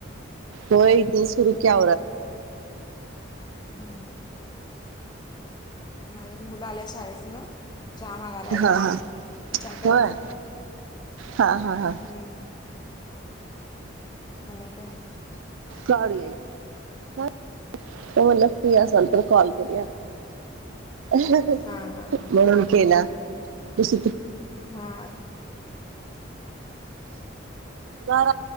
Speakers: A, on the right (about 80°); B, on the left (about 20°).
A: हो इथे सुरू क्या
B: हम्म माझ्या मुलं आल्या शाळेस ना चहा मागालायला
A: हा हा
B: चहा करायच
A: होय हा हा हा
B: हम्म अने काय
A: डीई त म्हणला फ्रीया असल तर कॉल करू म्हणून
B: हा हा
A: केला कस
B: हा
A: घार